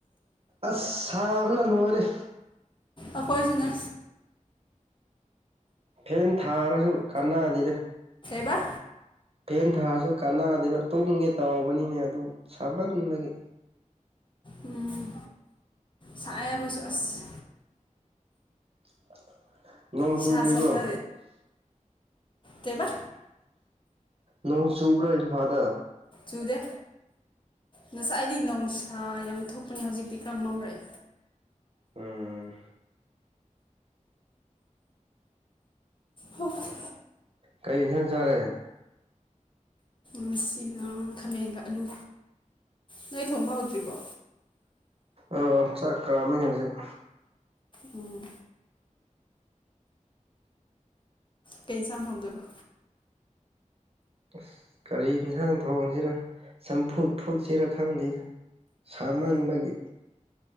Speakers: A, on the right; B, on the left.
A: ꯑꯁ ꯁꯥꯕꯅ ꯂꯣꯏꯔꯦ
B: ꯑꯈꯣꯏꯁꯨꯅꯦ
A: ꯐꯦꯟ ꯊꯥꯔꯁꯨ ꯀꯥꯟꯅꯗꯦꯗ
B: ꯕ
A: ꯐꯦꯟ ꯊꯥꯔꯖꯨ ꯀꯥꯟꯅꯗꯦꯗ ꯇꯨꯝꯒꯦ ꯇꯧꯕꯅꯤꯅꯦ ꯑꯗꯨ ꯁꯥꯃꯟꯕꯒꯤ
B: ꯎꯝ ꯁꯥꯏꯌꯦ ꯑꯈꯣꯢꯁꯨ ꯑꯁ
A: <inaudible> ꯅꯣꯡ
B: ꯏꯁꯥ
A: ꯆꯨꯗ꯭ꯔꯤꯕꯣ
B: ꯁꯣꯛꯇ ꯀꯩꯕꯥ
A: ꯅꯣꯡ ꯆꯨꯕ꯭ꯔꯥ ꯏꯝꯐꯥꯜꯗ
B: ꯆꯨꯗꯦ ꯉꯁꯥꯏꯗꯤ ꯅꯨꯡꯁꯥ ꯌꯥꯝ ꯊꯣꯛꯄꯅꯦ ꯍꯧꯖꯤꯛꯇꯤ ꯈꯔ ꯃꯝꯔꯛꯑꯦ
A: ꯎꯝ
B: ꯍꯁ
A: ꯀꯩ ꯑꯦꯟꯁꯥꯡ ꯆꯔꯦ
B: ꯉꯁꯤꯅ ꯈꯥꯃꯦꯟꯒ ꯑꯂꯨ ꯅꯣꯏ ꯊꯣꯡꯕ ꯍꯧꯗ꯭ꯔꯤꯕꯣ
A: ꯑꯥ ꯆꯥꯛ ꯀꯥꯝꯃꯦ ꯍꯧꯖꯤꯛ
B: ꯎꯝ ꯀꯩ ꯁꯥꯡ ꯊꯣꯡꯗꯣꯢꯕ
A: ꯑꯁ ꯀꯔꯤ ꯌꯦꯟꯁꯥꯡ ꯊꯣꯡꯁꯤꯔ ꯆꯝꯐꯨꯠ ꯐꯨꯠꯁꯤꯔ ꯈꯪꯗꯦ ꯁꯥꯃꯟꯕꯒꯤ